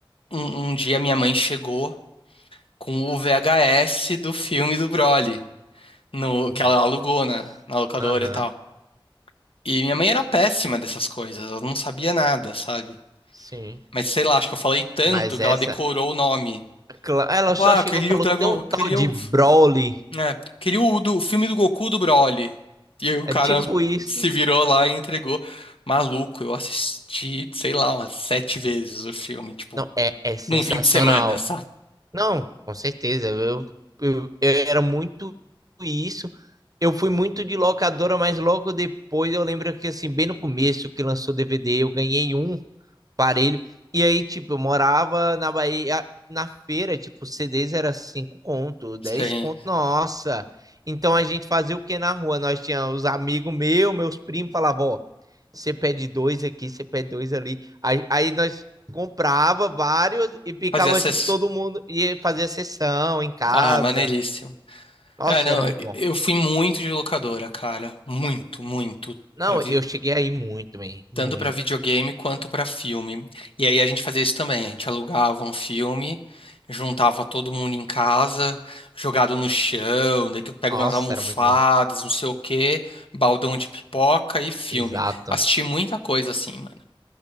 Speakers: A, on the left; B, on the right.
A: um, um dia minha mãe chegou com o VHS do filme do Broly, no,
B: Nossa.
A: que ela alugou na, na locadora
B: Aham.
A: e tal. E minha mãe era péssima dessas coisas, ela não sabia nada, sabe?
B: Sim.
A: Mas sei lá, acho que eu falei tanto
B: Mas
A: que
B: essa,
A: ela decorou o nome.
B: cla- ela
A: Ela falou,
B: só chegou
A: Ah, eu queria
B: e falou,
A: o dragão,
B: tem um
A: eu
B: tal
A: queria
B: de
A: o
B: Broly.
A: É, queria o, do, o filme do Goku do Broly. E aí o
B: É
A: cara
B: tipo isso.
A: se virou lá e entregou. Maluco, eu assisti, sei lá, umas sete vezes o filme, tipo,
B: Não, é, é sensacional.
A: num fim de semana, sabe?
B: Não, com certeza. Eu, eu, eu era muito isso. Eu fui muito de locadora, mas logo depois eu lembro que assim, bem no começo que lançou o DVD, eu ganhei um parelho. E aí, tipo, eu morava na Bahia, na feira, tipo, CDs era 5 conto, dez
A: sim
B: conto, nossa. Então a gente fazia o que na rua? Nós tínhamos os amigos meus, meus primos, falavam, ó, você pede dois aqui, você pede dois ali. Aí, aí nós comprava vários e ficava,
A: fazia essas.
B: tipo, todo mundo ia fazer sessão em casa.
A: Ah, maneiríssimo.
B: Nossa,
A: É, não,
B: era muito bom.
A: eu fui muito de locadora, cara. Muito, muito.
B: Não,
A: Pra, vi-
B: eu cheguei aí muito, man, muito.
A: tanto para videogame quanto para filme. E aí a gente fazia isso também, a gente alugava um filme, juntava todo mundo em casa, jogado no chão, daí tu pega
B: Nossa,
A: umas almofadas,
B: era muito bom.
A: não sei o quê, baldão de pipoca e filme.
B: Exato.
A: Assisti muita coisa assim, mano.